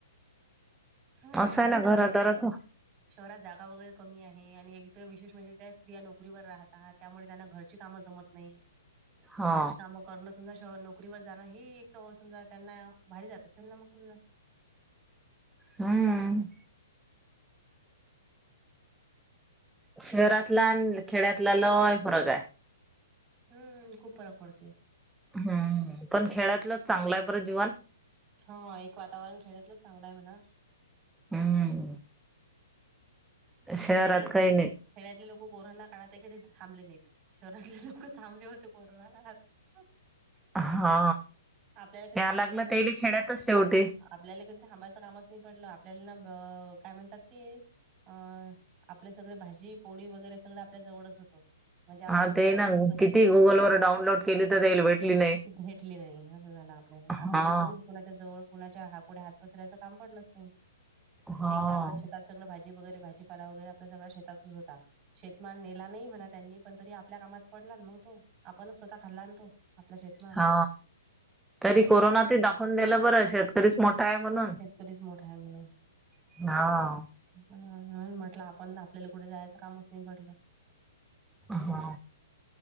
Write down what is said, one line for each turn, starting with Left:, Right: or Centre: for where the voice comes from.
Right: हम
Centre: असं
Right: शहरात
Centre: आहे ना
Right: जागाय
Centre: घरादाराच
Right: शहरात जागा वगैरे कमी आहे आणि एक तर विशेष म्हणजे त्या स्त्रिया नोकरीवर राहतात त्यामुळे त्यांना घरची कामं जमत नाही
Centre: हा
Right: घरची काम करण समजा श नोकरीवर जाणं ही एक समजा त्यांना भारी जात असेल ना मग समजा
Centre: हम्म शहरातला आणि खेड्यातला लय फरग आहे.
Right: हम्म खूप फरक पडतेय.
Centre: हम् पण खेळतलं चांगलंय बरं जीवन
Right: हा एक वातावरण खेळण्यातलंच चांगलं आहे म्हणा
Centre: हम्म शेहरात
Right: खेड्यातले
Centre: काहीणे
Right: खेड्यातले लोक कोरोना काळात आहे कधी थांबले नाहीत. शहरातले लोक थांबले होते कोरोना काळात
Centre: हा
Right: आपल्याला कधी
Centre: या
Right: थांबायची
Centre: लागलं
Right: गरज
Centre: तेल खेड्यातच शेवटी
Right: आपल्याला कधी थांबायचं कामच नाही पडल आपल्याला ना काय म्हणतात ते अ आपले सगळे भाजी पोळी वगैरे सगळं आपल्या जवळच होतो. म्हणजे आपण
Centre: हा
Right: शेतात
Centre: ते ना
Right: जाऊन कधी
Centre: किती गुगल वर डाउनलोड केली तर त्याला भेटली नाही.
Right: भेटले नाही असं झालं आपल्याला
Centre: हा
Right: कधीच कु ह पुुढ हात पसयच काम पडलंच नाही
Centre: हा
Right: एक आपल्या शेतात सगं भाजी वगैरे भाजीपाला वगैरे आपल्या सगळा शेतातच होता. शेतमान नेला नाही म्हणा त्यांनी पण तरी आपल्या कामात पडला मग तो आपणच स्वतः खाल्ला आणतो आपल्या शेत
Centre: हा तरी कोरोनात दाखवून दिलं बरं शेतकरीच मोठा आहे म्हणून
Right: कधीच मोठा आहे म्हणून
Centre: हा
Right: ह म्हटलं आपण आपल्याला कुठे जायचं कामच नाही पडल
Centre: हा